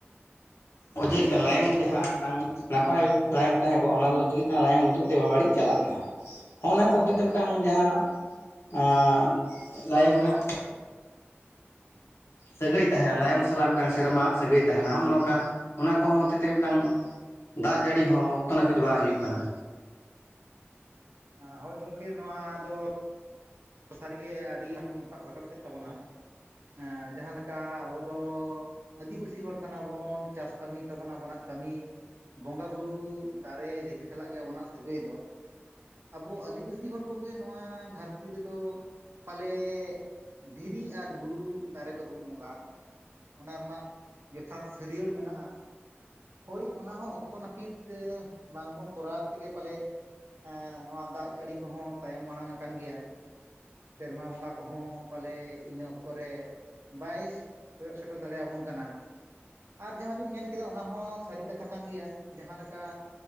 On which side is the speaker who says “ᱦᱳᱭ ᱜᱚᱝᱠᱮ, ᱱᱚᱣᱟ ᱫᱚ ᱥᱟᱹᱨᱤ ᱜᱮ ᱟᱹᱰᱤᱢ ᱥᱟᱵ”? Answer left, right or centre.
Right